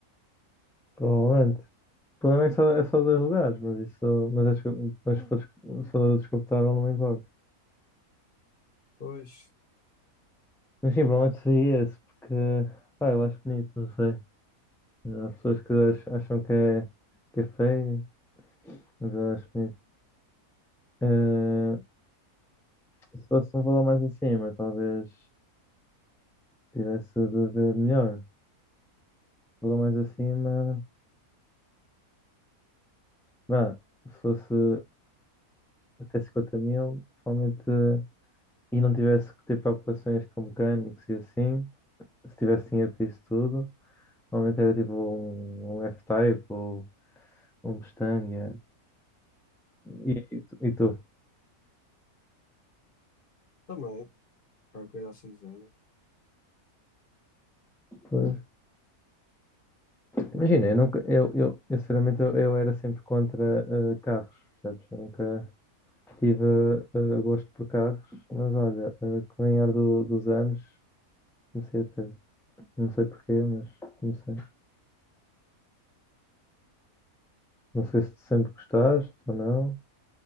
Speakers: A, in the centre; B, on the left (about 45°).
A: Provavelmente. O problema é que só, é só dois lugares, mas isso. Mas, acho descu- mas se for, descu- se for desconfortável, não me importa.
B: Pois,
A: Mas sim, provavelmente seria esse, porque. Pá, eu acho bonito, não sei. Há pessoas que ach- acham que é, que é feio, mas eu acho bonito. Eh, se fosse um valor mais acima, talvez tivesse de ver melhor. Valor mais acima, vá, se fosse até 50 mil, provavelmente. E não tivesse que ter preocupações com mecânicos e assim, se tivesse dinheiro para isso tudo. Normalmente era tipo um, um F-Type ou um Mustang. yeah. E, e tu? e tu?
B: também, qualquer coisa assim do género.
A: Pois. Imagina, eu, nunca, eu, eu, eu sinceramente eu, eu era sempre contra eh, carros, percebes? Eu nunca tive eh, gosto por carros, mas olha, eh, com o ganhar do- dos anos comecei a ter. Não sei porquê, mas comecei. Não sei se tu sempre gostaste ou não.